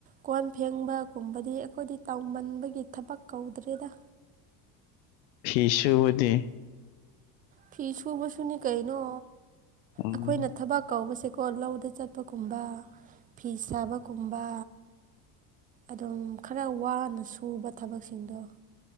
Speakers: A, on the right; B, on the left.
A: ꯀꯣꯟ ꯐꯦꯡꯕꯀꯨꯝꯕꯗꯤ ꯑꯈꯣꯏꯗꯤ ꯇꯧꯃꯟꯕꯒꯤ ꯊꯕꯛ ꯀꯧꯗ꯭ꯔꯦꯗ
B: ꯐꯤ ꯁꯨꯕꯗꯤ
A: ꯐꯤ ꯁꯨꯕꯁꯨꯅꯤ ꯀꯩꯅꯣ
B: ꯎꯝ
A: ꯑꯈꯣꯏꯅ ꯊꯕꯛ ꯀꯧꯕꯁꯦꯀꯣ ꯂꯧꯗ ꯆꯠꯄꯀꯨꯝꯕ ꯐꯤ ꯁꯥꯕꯀꯨꯝꯕ ꯑꯗꯨꯝ ꯈꯔ ꯋꯥꯅ ꯁꯨꯕ ꯊꯕꯛꯁꯤꯡꯗꯣ